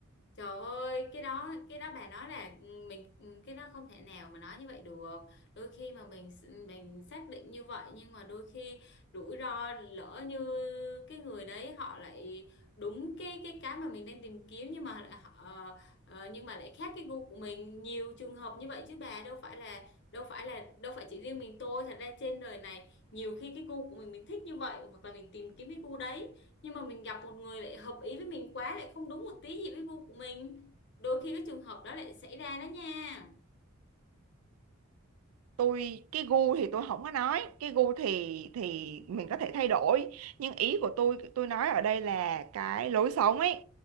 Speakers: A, on the left; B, on the right.
A: Trời ơi, cái đó cái đó bà nói là ừ, mình ừ, cái đó không thể nào mà nói như vậy được. Đôi khi mà mình mình xác định như vậy nhưng mà đôi khi rủi ro lỡ như cái người đấy họ lại đúng cái cái cái mà mình đang tìm kiếm nhưng mà lại họ- ờ, ờ, nhưng mà lại khác cái gu của mình. Nhiều trường hợp như vậy chứ bà đâu phải là đâu phải là đâu phải chỉ riêng mình tôi, thật ra trên đời này nhiều khi cái gu của mình mình thích như vậy hoặc là mình tìm kiếm cái gu đấy nhưng mà mình gặp một người lại hợp ý với mình quá lại không đúng một tí gì với gu của mình đôi khi cái trường hợp đó lại xảy ra đó nha
B: tôi cái gu thì tôi không có nói cái gu thì thì mình có thể thay đổi nhưng ý của tôi tôi nói ở đây là cái lối sống ấy